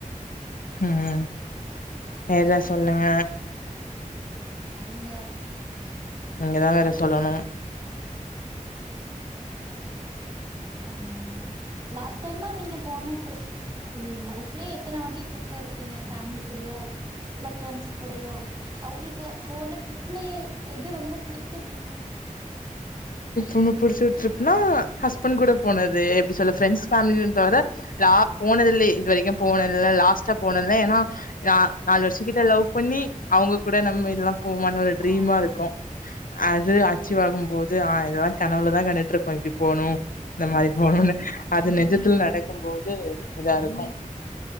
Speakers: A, on the left; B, on the right.
A: உம் வேற எதா சொல்லுங்க.
B: கேளுங்க
A: நீங்க தா வேற சொல்லணும்.
B: அ லாஸ்ட டை நீங்க போன ட்ரிப் இன் லைஃப்லயே எத்தன வாட்டி ட்ரிப் போயிருபீங்க பேமிலி கூடையோ இல்ல ஃப்ரெண்ட்ஸ் கூடையோ அவங்களுக்கு போன ட்ரிப்லயே எது ரொம்ப பிடிச்ச டரிப்பு.
A: ரொம்ப புடிச்சது ட்ரிப்னா ஹஸ்பண்ட் கூட போனது எப்படி சொல்ல ஃப்ரெண்ட்ஸ் பேமிலி தவிர ல போனது இல்லை இது வரைக்கும் போன இ லாஸ்ட்டா போனத இல ஏன்னா நாலு வருஷ கிட்ட லவ் பண்ணி அவங்க கூட நம்ம எல்லா போ மாட்டோம்ல ட்ரீமா
B: ஆ
A: இருக்கும்
B: ஆ ஆ
A: அது அச்சீவ் ஆகும். போது ஆ இதெல்லாம் கனவுல தா கண்டு இருப்போம் இப்படி போனும் இந்த மாதிரி போணு அது நிஜத்துல நடக்கும் போது இதா இருக்கும்